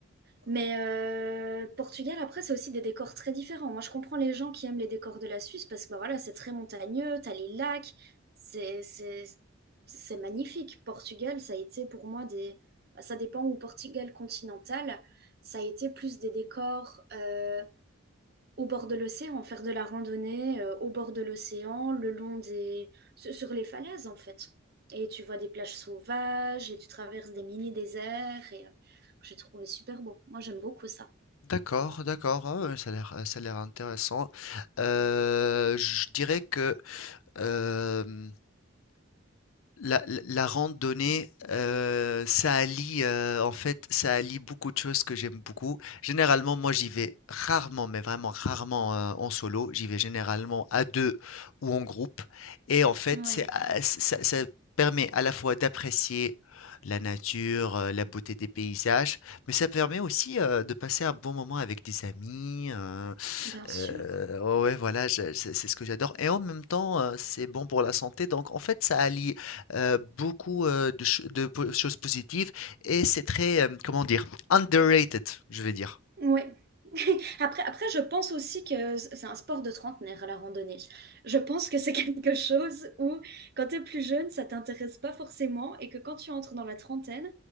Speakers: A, on the right (about 50°); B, on the left (about 80°).
A: Mais euh, Portugal, après, c'est aussi des décors très différents. Moi, je comprends les gens qui aiment les décors de la Suisse parce que bah, voilà, c'est très montagneux, t'as les lacs, c'est c'est- c'est magnifique. Portugal, ça a été pour moi des... bah, ça dépend où Portugal continental, ça a été plus des décors. euh, au bord de l'océan, faire de la randonnée euh, au bord de l'océan, le long des... sur sur les falaises en fait. Et tu vois des plages sauvages et tu traverses des mini-déserts et euh, que j'ai trouvé super beau. Moi j'aime beaucoup ça.
B: D'accord, d'accord, ah ouais, ça a l'air, euh, ça a l'air intéressant. Euh, je dirais que euh, La, la- la randonnée, euh, ça allie, euh, en fait, ça allie beaucoup de choses que j'aime beaucoup. Généralement, moi, j'y vais rarement, mais vraiment rarement, euh, en solo. J'y vais généralement à deux ou en groupe. Et en fait,
A: Ouais,
B: c'est, ah, ça, ça permet à la fois d'apprécier la nature, euh, la beauté des paysages, mais ça permet aussi, euh, de passer un bon moment avec des amis. euh,
A: bien sûr.
B: euh, ouais, ouais, voilà, je- c'est c'est ce que j'adore. Et en même temps, euh, c'est bon pour la santé. Donc, en fait, ça allie euh, beaucoup euh, de, cho- de po- choses positives et c'est très, euh, comment dire, underrated, je vais dire.
A: Ouais. <laughs> Après, après, je pense aussi que c- c'est un sport de trentenaire, la randonnée. Je pense que c'est <laughs> quelque chose où, quand t'es plus jeune, ça t'intéresse pas forcément et que quand tu entres dans la trentaine,